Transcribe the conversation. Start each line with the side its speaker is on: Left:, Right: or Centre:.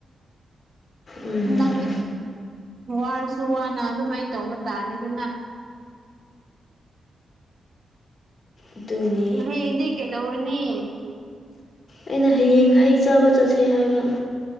Left: ꯎꯝ
Right: ꯎ ꯅ ꯋꯥꯔꯁꯨ ꯋꯥꯅ ꯑꯗꯨꯃꯥꯏꯅ ꯇꯧꯕ ꯇꯥꯔꯦꯗꯅ
Left: ꯑꯗꯨꯅꯦ
Right: ꯍꯌꯦꯡꯗꯤ ꯀꯩꯗꯧꯔꯨꯅꯤ
Left: ꯑꯩꯅ ꯍꯌꯦꯡ ꯍꯩ ꯆꯥꯕ ꯆꯠꯁꯦ ꯍꯥꯏꯕ